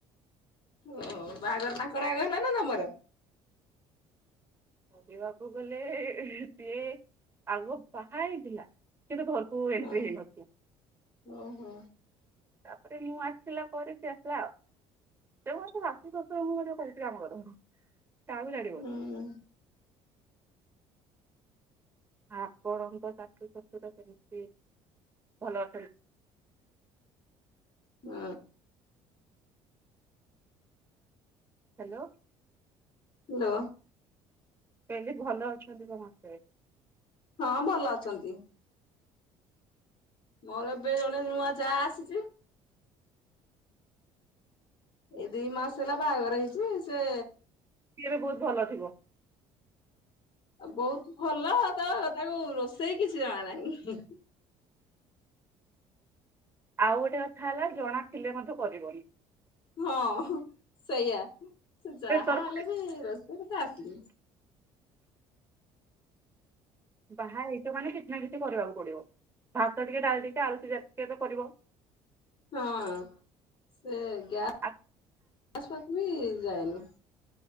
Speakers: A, on the left; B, on the right.
A: ଓ ବାହାଘର ତାଙ୍କର ଆଗ ହେଲା ନା ତମର?
B: କହିବାକୁ ଗଲେ ସିଏ ଆଗ ବାହା ହେଇଥିଲା କିନ୍ତୁ ଘରକୁ
A: ହଁ
B: ଏଣ୍ଟ୍ରି ହେଇନଥିଲା।
A: ଓହୋ।
B: ତାପରେ ମୁଁ ଆସିଲା ପରେ ସିଏ ଆସିଲା। ସେ <unintelligible> ଶାଶୁ ଶଶୁର ଙ୍କୁ ମଧ୍ୟ କହୁଚି ଆମର କାହାକୁ ଛାଡିବନି।
A: ହଁ
B: ଆପଣଙ୍କ ଶାଶୁ ଶଶୁର କେମିତି ଭଲ ଅଛନ୍ତି?
A: ହୁଁ।
B: ହାଲୋ।
A: ହାଲୋ।
B: କହିଲି ଭଲ ଅଛନ୍ତି ସମସ୍ତେ।
A: ହଁ ଭଲ ଅଛନ୍ତି। ମୋର ଏବେ ଜଣେ ନୂଆ ଜା ଆସିଚି। ଏଇ ଦି ମାସ ହେଲା ବାହାଘର ହେଇଛି ସେ
B: ସିଏ ଏବେ ବହୁତ ଭଲ ଥିବ।
A: ବହୁତ ଭଲ ତ ତାକୁ ରୋଷେଇ କିଛି ଜଣା ନାହିଁ।
B: ଆଉ ଗୋଟେ କଥା ହେଲା ଜଣା ଥିଲେ ମଧ୍ୟ କରିବନି।
A: ହଁ ସେୟା ସେ ଯାହା
B: ପ୍ରେସର
A: ହେଲେ
B: ପଡ଼େ
A: ବି ରୋଷେଇ କଥା ଆସିନି।
B: ବାହା ହେଇଚ ମାନେ କିଛି ନା କିଛି କରିବାକୁ ପଡିବ ଭାତ ଟିକେ ଡାଲି ଟିକେ ଆଳୁସିଜା ଟିକିଏ ତ କରିବ।
A: ହଁ ସେ ଗ୍ୟାସ
B: ଆଉ
A: ପାଖ ବି ଯାଏନି।